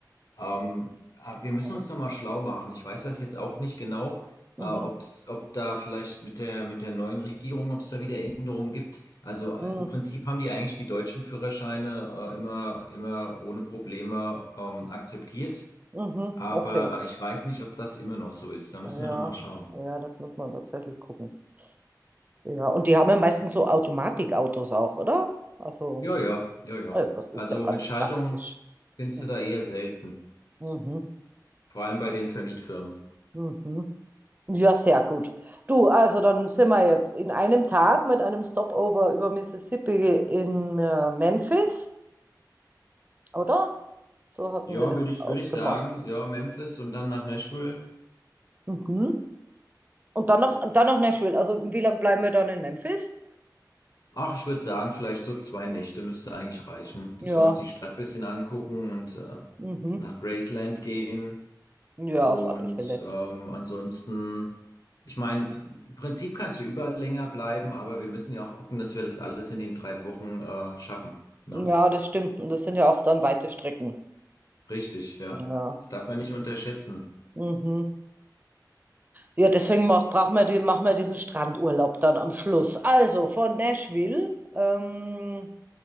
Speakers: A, on the left (about 55°); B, on the right (about 25°).
A: Ähm, aber
B: okay,
A: wir müssen uns nochmal schlau machen. Ich weiß das jetzt auch nicht genau,
B: mhm,
A: äh, ob's, ob da vielleicht mit der, mit der neuen Regierung, ob es da wieder Änderungen gibt. Also
B: mhm,
A: äh, im Prinzip haben die eigentlich die deutschen Führerscheine äh, immer, immer ohne Probleme ähm, akzeptiert.
B: mhm,
A: Aber
B: okay,
A: ich weiß nicht, ob das immer noch so ist. Da müssen
B: ja,
A: wir nochmal schauen.
B: ja, das muss man tatsächlich gucken. Ja, und die haben ja meistens so Automatikautos auch, oder? Also,
A: Ja, ja, ja, ja.
B: äh, das ist
A: Also
B: ja ganz
A: mit Schaltung
B: praktisch.
A: findest
B: Mhm,
A: du da eher selten.
B: mhm.
A: Vor allem bei den Vermietfirmen.
B: Mhm. Ja, sehr gut. Du, also dann sind wir jetzt in einem Tag mit einem Stopover über Mississippi in äh, Memphis, oder? So hatten
A: Ja,
B: wir das
A: würde ich,
B: ausgemacht.
A: würde ich sagen, ja, Memphis und dann nach Nashville.
B: Mhm. Und dann noch, dann noch Nashville. Also wie lange bleiben wir dann in Memphis?
A: Ach, ich würde sagen, vielleicht so zwei Nächte müsste eigentlich reichen, dass
B: Ja,
A: wir uns die Stadt bisschen angucken und äh,
B: mhm.
A: nach Graceland gehen.
B: Ja,
A: Und
B: auf alle Fälle.
A: ähm, ansonsten, ich meine, im Prinzip kannst du überall länger bleiben, aber wir müssen ja auch gucken, dass wir das alles in den drei Wochen äh, schaffen. Ne?
B: Ja, das stimmt. Und das sind ja auch dann weite Strecken.
A: Richtig, ja.
B: Ja,
A: Das darf man nicht unterschätzen.
B: mhm. Ja, deswegen mach, brauchen wir die, machen wir diesen Strandurlaub dann am Schluss. Also von Nashville, ähm,